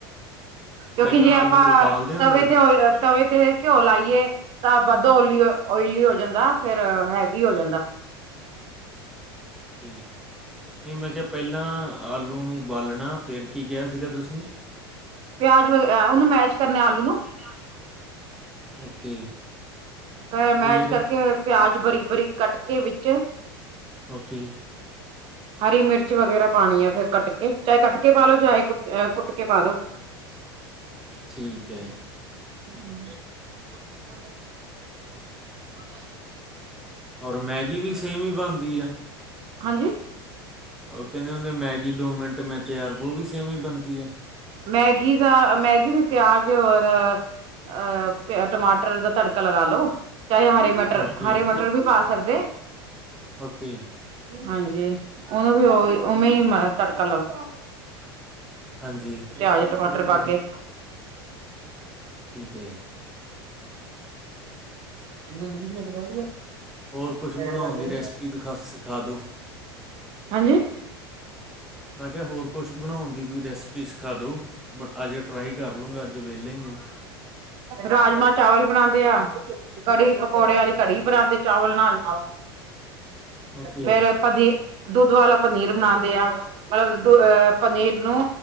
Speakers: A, on the right (about 45°); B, in the centre.
A: ਕਿਉਂਕਿ
B: ਪਹਿਲਾਂ
A: ਜੇ ਆਪਾਂ,
B: ਆਲੂ ਉਬਾਲਦੇ ਹੁੰਦੇ
A: ਤਵੇ
B: ਆ
A: ਤੇ ਹੋ ਤਵੇ ਤੇ ਘਿਓ ਲਾਈਏ, ਤਾਂ ਵੱਧੋ ਓਲੀ-ਓਇਲੀ ਹੋ ਜਾਂਦਾ। ਫੇਰ ਹੈਵੀ ਹੋ ਜਾਂਦਾ।
B: ਕੀ ਨੀ ਮੈਂ ਕਿਹਾ ਪਹਿਲਾਂ ਆਲੂ ਨੂੰ ਉਬਾਲਣਾ ਫੇਰ ਕੀ ਕਿਹਾ ਸੀਗਾ ਤੁਸੀਂ?
A: ਪਿਆਜ ਵਗ, ਉਹਨੂੰ ਮੈਸ਼ ਕਰਨੇ ਆਲੂ ਨੂੰ
B: <unintelligible> ਓਕੇ।
A: ਫੇ ਮੈਸ਼
B: ਫਿਰ
A: ਕਰਕੇ ਪਿਆਜ ਬਰੀਕ ਬਰੀਕ ਕੱਟ ਕੇ ਵਿੱਚ
B: ਓਕੇ।
A: ਹਰੀ ਮਿਰਚ ਵਗੈਰਾ ਪਾਣੀ ਆ ਫੇਰ ਕੱਟ ਕੇ ਚਾਹੇ ਕੱਟਕੇ ਪਾ ਲੋ ਚਾਹੇ ਕੁੱਟ ੲਹ ਕੁੱਟ ਕੇ ਪਾ ਦੋ।
B: ਠੀਕ ਹੈ।
A: ਹਮ।
B: ਔਰ ਮੈਗੀ ਵੀ ਸੇਮ ਹੀ ਬਣਦੀ ਆ।
A: ਹਾਂਜੀ?
B: ਉਹ ਕਹਿੰਦੇ ਹੁੰਦੇ, ਮੈਗੀ ਦੋ ਮਿੰਟ ਮੇਂ ਤਿਆਰ, ੳਹ ਵੀ, ਸੇਮ ਹੀ ਬਣਤੀ ਹੈ।
A: ਮੈਗੀ ਦਾ, ਮੈਗੀ ਵੀ ਪਿਆਜ ਔਰ ਅਹ ਟਮਾਟਰ ਦਾ ਤੜਕਾ ਲਗਾ ਲੋ, ਚਾਹੇ ਹਰੀ ਮਿਰ ਮਟਰ,
B: ਓਕੇ
A: ਹਰੇ ਮਟਰ ਵੀ ਪਾ ਸਕਦੇ।
B: ਓਕੇ
A: ਹਾਂਜੀ, ਉਹਨੂੰ ਵੀ, ਉਵੇਂ- ਓੁਵੇਂ ਹੀ ਤੜਕਾ ਲਾਓ।
B: ਹਾਂਜੀ!
A: ਪਿਆਜ, ਟਮਾਟਰ ਪਾ ਕੇ
B: ਠੀਕ ਹੈ।
A: ਕਰੂਗਾ
B: ਹੋਰ ਕੁਛ
A: <unintelligible>
B: ਬਣਾਉਣ ਦੀ ਰੈਸਪੀ ਦਿਖਾ ਸਿਖਾ ਦਿਉ
A: ਹਾਂਜੀ
B: ਮੈਂ ਕਿਹਾ, ਹੋਰ ਕੁਛ ਬਣਾਉਣ ਦੀ ਕੋਈ ਰੈਸਪੀ? ਰੈਸੀਪੀ ਸਿਖਾ ਦੋ, ਅਜ ਟਰਾਈ ਕਰ ਲੂੰਗਾ, ਅੱਜ ਵੇਹਲਾ ਹੀ ਆ।
A: ਰਾਜਮਾਂਹ, ਚਾਵਲ ਬਣਾਉਂਦੇ ਆ। ਕੜੀ, ਪਕੌੜੇ ਵਾਲੀ
B: ਅੱਛਾ
A: ਕੜੀ,
B: ਜੀ
A: ਬਣਾਉਂਦੇ ਚਾਵਲ ਨਾਲ
B: ਓਕੇ
A: ਫੇਰ ਆਪਾਂ ਦੀ ਦੁੱਧ ਵਾਲਾ ਪਨੀਰ ਬਣਾਉਂਦੇ ਆ, ਮਤਲਬ ਦੁ, ਅਹ ਪਨੀਰ ਨੂੰ